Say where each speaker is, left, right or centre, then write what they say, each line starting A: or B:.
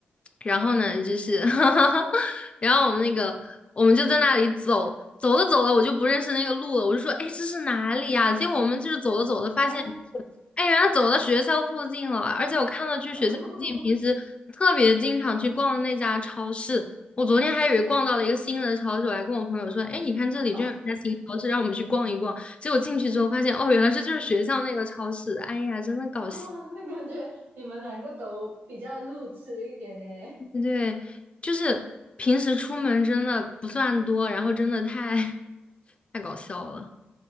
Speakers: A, on the left; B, on the right.
A: 然后呢，就是，<laughs> 然后我们那个，我们就在那里走，走着走着，我就不认识那个路了，我就说，哎，这是哪里呀、结果我们就是走着走着，发现，
B: <laughs> 啊，
A: 哎，原来走到学校附近了，而且我看到去学校附近，
B: 哦
A: 平时特别经常去逛的那家超市，我昨天还以为逛到了一个新的超市，我还跟我朋友说，哎，你看这里居然有一家新超市，
B: 哦
A: 让我们去逛一逛。结果进去之后发现，哦，原来这就是学校那个超市。哎呀，真的搞笑。
B: 哦，那感觉你们两个都比较路痴一点耶，
A: 对，就是平时出门真的不算多，然后真的太太搞笑了。